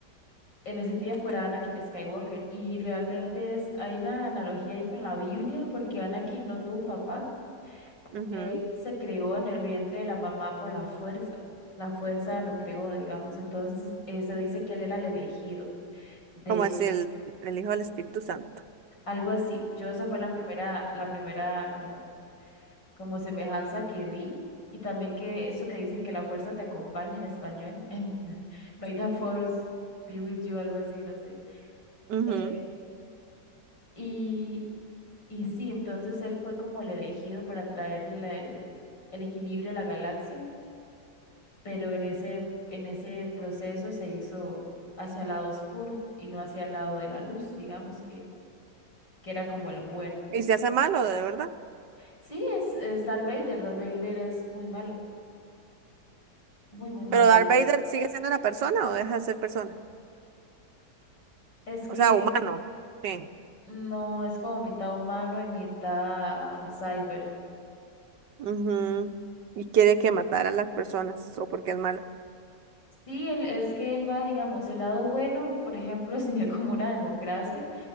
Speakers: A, on the left; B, on the right.
A: en ese tiempo era Anakin Skywalker. Y realmente es, hay una analogía ahí con la Biblia, porque Anakin no tuvo papá.
B: ujú.
A: Él se creó en el vientre de la mamá por la fuerza. La fuerza lo creó, digamos. Entonces, eh, se dice que él era el elegido de
B: Como es el, el Hijo del Espíritu Santo.
A: algo así. Yo esa fue la primera, la primera como, como semejanza que vi. Y también que esto que dicen que la fuerza te acompaña en español. <laughs> May the force be with you, algo así, no sé.
B: Ujú.
A: Eh, y, y sí, entonces él fue como el elegido para traer la- el el equilibrio a la galaxia. pero en ese, en ese proceso se hizo hacia el lado oscuro y no hacia el lado de la luz, digamos que, que era como el bueno.
B: Y se hace malo, de verdad.
A: Sí, es, es Darth Vader, Darth Vader es muy malo, muy, muy malo.
B: Pero Darth
A: Él,
B: Vader sigue siendo una persona o deja de ser persona.
A: es que
B: O sea, humano. Sí.
A: no es como mitad humano y mitad cyber.
B: Ujú. Y quiere que matar a las personas o porque es malo.
A: Sí, él, es que él va, digamos, el lado bueno, por ejemplo, <laughs> sería como una democracia,